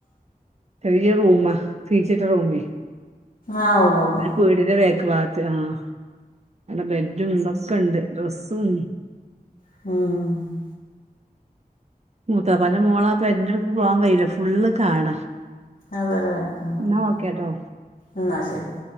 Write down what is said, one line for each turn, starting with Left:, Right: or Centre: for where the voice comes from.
Right: വെല്യ റൂമാ ഫീസിറ്റർ റൂമെ
Left: ആഹ് ഓ് ആഹ്
Right: വീടിന്റെ വേക്ക് ഭാഗത്ത് ആഹ് നല്ല ബെഡ്ഡും ഇതൊക്കെണ്ട് ഡ്രസ്സും
Left: ആഹ്
Right: മൂത്താപ്പാന്റെ മോളാപെരെന്റെ അടുത്തേക്ക് പോവാൻ കഴിയൂല ഫുള്ള് കാടാ.
Left: അതെലേ ആഹ്
Right: എന്നാ
Left: ആഹ്
Right: ഓക്കേട്ടോ
Left: എന്നാ ശെരി.